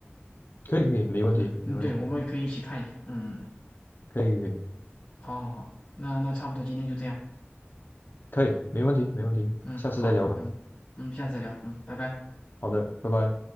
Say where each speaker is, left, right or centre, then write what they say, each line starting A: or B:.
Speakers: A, on the left; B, on the left.
A: 可以可以，没问题没问题，
B: 嗯嗯，对，我们也可以一起看一下。嗯嗯嗯，
A: 可以可以
B: 好好好，那那差不多今天就这样。
A: 可以，没问题没问题，
B: 嗯，
A: 下次再聊吧。
B: 好，嗯嗯，下次再聊。嗯，拜拜。
A: 好的，拜拜。